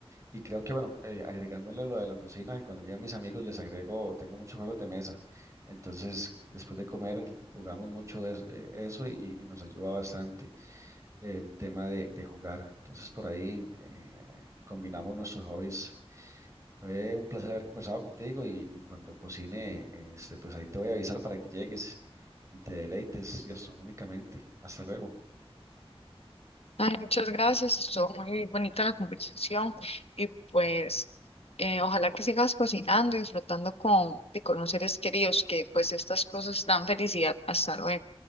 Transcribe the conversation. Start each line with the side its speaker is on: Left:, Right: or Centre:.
Right: Y creo que, bueno, eh, agregándole lo de la cocina, cuando llegan mis amigos les agrego, tengo muchos juegos de mesa. Entonces, después de comer, jugamos mucho de eso, eh, eso y, y nos ayuda bastante el tema de, de jugar. Entonces, por ahí eh, combinamos nuestros hobbies. Fue un placer haber conversado contigo y, y cuando cocine, este, pues ahí te voy a avisar para que llegues y te deleites gastronómicamente. Hasta luego.
Left: Ay, muchas gracias, estuvo muy bonita la conversación y pues eh, ojalá que sigas cocinando y disfrutando con, de con los seres queridos, que pues estas cosas dan felicidad. Hasta luego.